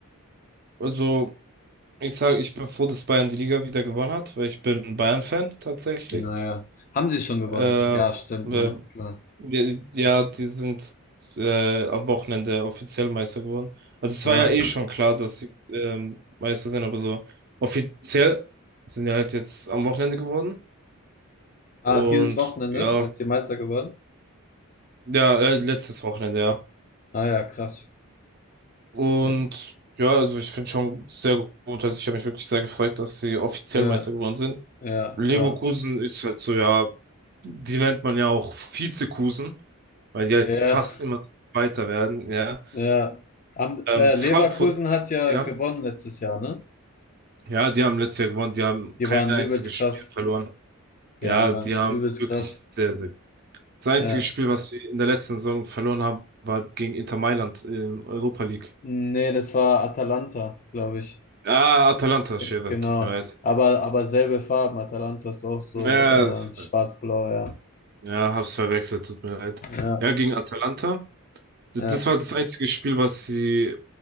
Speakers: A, on the right; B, on the left.
A: also ich sage, ich bin froh, dass Bayern die Liga wieder gewonnen hat, weil ich bin Bayern-Fan tatsächlich.
B: Naja, haben sie schon gewonnen?
A: Äh,
B: Ja,
A: äh,
B: stimmt, ne? Klar.
A: Ja, ja, die sind äh, am Wochenende offiziell Meister geworden. Also es
B: Ja.
A: war ja eh schon klar, dass sie ähm, Meister sind, aber so offiziell sind die halt jetzt am Wochenende geworden.
B: Ah,
A: Und
B: dieses Wochenende
A: ja,
B: sind sie Meister geworden?
A: ja, äh, letztes Wochenende, ja.
B: Ah ja, krass.
A: Und
B: Ja,
A: ja, also ich finde schon sehr gut. Also ich habe mich wirklich sehr gefreut, dass sie offiziell
B: ja,
A: Meister geworden sind.
B: ja,
A: Leverkusen
B: klar.
A: ist halt so, ja, die nennt man ja auch Vizekusen, weil die halt
B: Ja,
A: fast immer weiter werden, ja.
B: ja. Am,
A: Ähm,
B: äh,
A: Frankfurt,
B: Leverkusen hat ja
A: ja.
B: gewonnen letztes Jahr, ne?
A: Ja, die haben letztes Jahr gewonnen. Die haben
B: Die
A: kein
B: waren
A: einziges
B: übelst krass.
A: Spiel verloren.
B: Ja,
A: Ja,
B: die waren
A: die haben
B: übelst
A: wirklich
B: krass.
A: sehr, sehr. Das einzige
B: Ja.
A: Spiel, was sie in der letzten Saison verloren haben, war gegen Inter Mailand in Europa League.
B: Nee, das war Atalanta, glaube ich.
A: Ah, Atalanta,
B: G-
A: Schere,
B: Genau.
A: tut mir leid.
B: Aber, aber selbe Farben. Atalanta ist auch so
A: Ja, das-
B: äh, schwarz-blau, ja.
A: ja, hab's verwechselt, tut mir leid.
B: Ja,
A: Ja, gegen Atalanta. Das
B: ja.
A: war das einzige Spiel, was sie